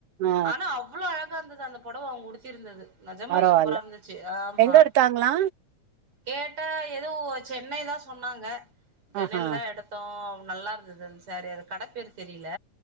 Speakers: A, on the right; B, on the right.
A: ஆ
B: ஆனா அவ்ளோ அழக் கா இருந்துது அந்த பொடவ அவங்க உடுத்தி இருந்தது நெஜமே
A: பரவால்ல
B: சூப்பரா இருந்துச்சு ஆமா
A: எங்க எடுத்தாங்களா
B: கேட்ட ஏதோ சென்னை தா சொன்னாங்க சென்னை
A: ஆஹா
B: ல தா எடுத்தோ நல்லா இருந்துது இந் சேரீ அது கட பேர் தெரில